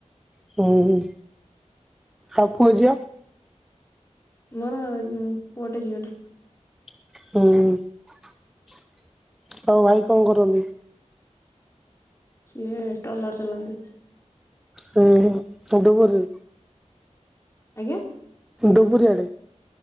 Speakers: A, in the centre; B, on the left.
A: ହୁଁଉ ଆଉ ପୁଅ ଝିଅ।
B: ମୋରଅ ପୁଅଟେ ଝିଅଟେ।
A: ହୁଁ। ଆଉ ଭାଇ କଁ କରନ୍ତି?
B: ଏ ଟଲର ଚଲାନ୍ତି।
A: ହୁ ଡୁବୁରି?
B: ଆଜ୍ଞା?
A: ଡୁବରିଆଡେ?